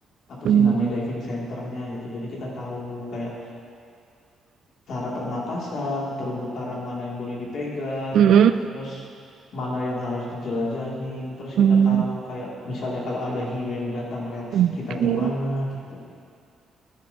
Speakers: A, on the left; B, on the right.
A: apa
B: mm,
A: sih namanya diving centernya gitu. Jadi kita tahu kayak cara pernapasan, terumbu karang mana yang boleh dipegang,
B: mm-mm,
A: terus mana yang harus dijelajahin, terus
B: mm.
A: kita tahu kayak misalnya kalau ada hiu yang datang reaksi
B: Oke.
A: kita gimana gitu.